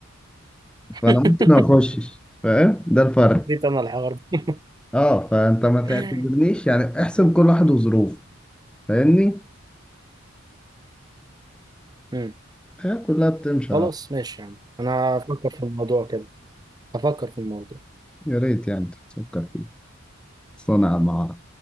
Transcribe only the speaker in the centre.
فانا ممكن ما اخشش فاهم ده الفرق
اه فانت ما تعتبرنيش
يعني احسب كل واحد وظروفه فاهمني
الحياة كلها بتمشي
اه
يا ريت يعني تفكر فيه صنع مع